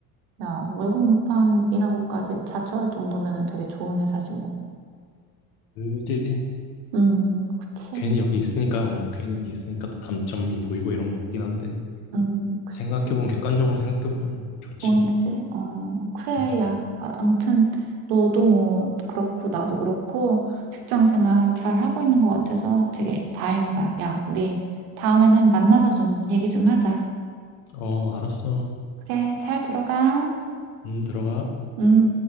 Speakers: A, on the right; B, on the left.
A: 야, 월급 루팡이라고까지 자처할 정도면 되게 좋은 회사지 뭐.
B: 그지?
A: 음, 그치.
B: 괜히 여기 있으니까, 어, 괜히 있으니까 또 단점이 보이고 이런 거 같긴 한데,
A: 음, 그치.
B: 생각해보면, 객관적으로 생각해보면 좋지.
A: 뭔데지? 어, 그래,
B: 음,
A: 야. 아, 아무튼, 너도 뭐, 그렇고, 나도 그렇고, 직장 생활 잘 하고 있는 것 같아서 되게 다행이다. 야, 우리 다음에는 만나서 좀 얘기 좀 하자.
B: 어, 알았어.
A: 그래, 잘 들어가.
B: 음, 들어가.
A: 음.